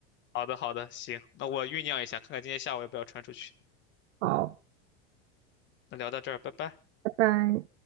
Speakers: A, on the left; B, on the right.
A: 好的，好的，行，那我酝酿一下，看看今天下午要不要传出去。
B: 好，
A: 那聊到这儿，拜拜。
B: 拜拜。